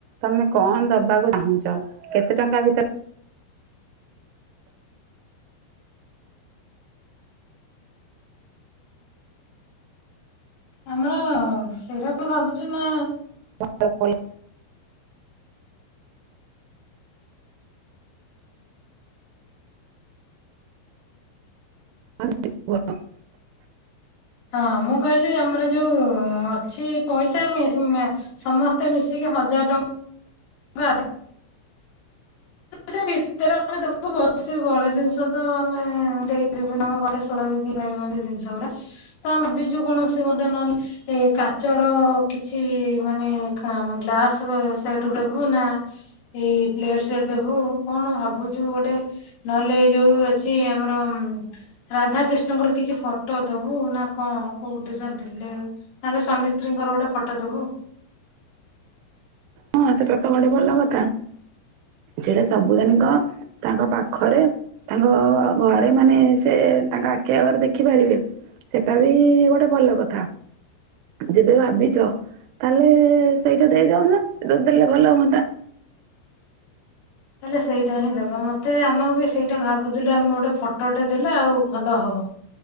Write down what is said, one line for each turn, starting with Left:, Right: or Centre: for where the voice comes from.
Right: ତମେ କଣ ଦବାକୁ। ଚାହୁଁଛ କେତେ ଟଙ୍କା ଭିତରେ
Left: ଆମର ସେଇରକମ ଭାବୁଛୁ ନା।
Right: <unintelligible> <unintelligible>
Left: ହଁ ମୁଁ କହିଲି ଆମର ଯୋଉ ଅଛି ପଇସା ମେ ମା ସମସ୍ତେ ମିଶିକି ହଜାର ଟଙ୍କା ସେ ଭିତରେ ଆମେ ଦେବୁ ବ ବଡ ଜିନିଷ ତ ଆମେ ଦେଇପାରିବୁନି। ସଵଭାବିକ ହେଇ ପାରିବ ଜିନିଷ ଗୁରା ତ ଆମେ ଭାବିଛୁ କୌଣସି ଗୋଟେ ନହେଲେ। ଏ କାଚର କିଛି ମାନେ କା ଗ୍ଲାସ ସେ ବୁ ନା ଏଇ ପ୍ଲେଟ ସେଟ ଦେବୁ କଣ ଭାବୁଛୁ ଗୋଟେ ନହେଲେ ଏ ଯୋଉ ଅଛି ଆମର ରାଧା କୃିଷ୍ଣଙ୍କର କିଛି ଫଟୋ ଦବୁ ନା କଣ କୋଉ ଦିଟା ଦେଲେ। ନହେଲେ ସ୍ୱାମୀ ସ୍ତ୍ରୀଙ୍କର ଗୋଟେ ଫଟୋ ଦବୁ।
Right: ହଁ ସେଟା ତ ଗୋଟେ ଭଲ କଥା ସେଟା ସବୁ ଦିନିଙ୍କ ତାଙ୍କ ପାଖରେ। ତାଙ୍କ ଘରେ ମାନେ ସେ ତାଙ୍କ ଆଖିଆଗରେ ଘରେ ଦେଖି ପାରିବେ। ସେଟା ବି ଗୋଟେ ଭଲ କଥା। ଯେବେ ଭାବିଛ ତାହେଲେ ସେଇଟା ଦେଇଦଉନ ଦେଲେ ଭଲ ହୁଅନ୍ତା।
Left: ତାହେଲେ ସେଇଟା ହିଁ ଦେବା ମତେ ଆମକୁ ବି ସେଇଟା ଭାବୁଥିଲୁ ଆମେ ଗୋଟେ ଫଟୋଟେ ଦେଲେ ଆଉ ଭଲ ହବ।